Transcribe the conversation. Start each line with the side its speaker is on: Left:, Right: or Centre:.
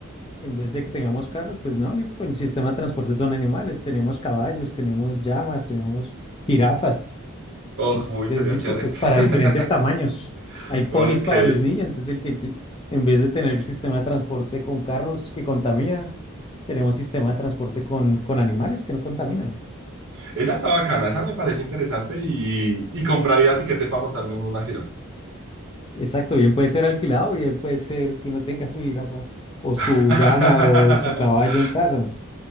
Left: en vez de que tengamos carros, pues no, listo, el sistema de transporte son animales. Tenemos caballos, tenemos llamas, tenemos jirafas.
Right: Oh, como
Left: Entonces,
Right: sería
Left: listo,
Right: chévere.
Left: pues para
Right: <laughs>
Left: diferentes tamaños. Hay ponis
Right: Ok,
Left: para los niños, entonces el que, qui- en vez de tener el sistema de transporte con carros que contamina, tenemos sistema de transporte con, con animales que no contaminan.
Right: Esa está bacana, esa me parece interesante y, y compraría tiquete para montarme en una jirafa.
Left: Exacto, bien puede ser alquilado, bien puede ser que uno tenga su jirafa o su
Right: <laughs>
Left: llama o su caballo en casa.